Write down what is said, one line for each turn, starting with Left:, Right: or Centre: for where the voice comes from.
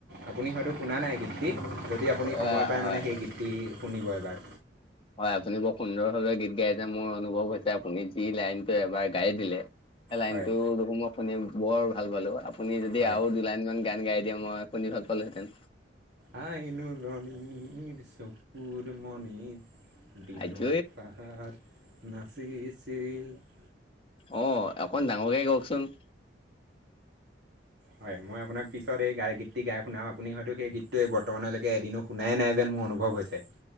Right: আপুনি হয়তো শুনা নাই গীতি, যদি
Left: আহ
Right: আপুনি
Left: হয়
Right: সময় পাই
Left: হয়
Right: মানে সেই গীতটি শুনিব এবাৰ।
Left: হয়, আপুনি বৰ সুন্দৰভাৱে গীত গাই যে মোৰ অনুভৱ হৈছে আপুনি যি লাইনটো এবাৰ গাই দিলে। এ, লাইন
Right: হয়
Left: টো দেখো মই শুনি বৰ ভাল পালো আপুনি যদি
Right: হয়
Left: আৰু দুই লাইন মান গান গাই, দিয়ে মই শুনি ভাল পালোহেঁতেন।
Right: আইন ৰণিৰ চকুৰ মণিৰ দিনৰ
Left: আইঐ
Right: পা <unintelligible> আৰু নাচিছিলি <unintelligible>
Left: অ, অকন ডাঙৰকে গায়কচোন।
Right: হয় মই আপোনাক পিছত এই গ গীতটি গাই শুনাম। আপুনি হয়তো সেই গীতটোৱে বৰ্তমানলৈকে এদিনো শুনাই নাই যেন মোৰ অনুভৱ হৈছে।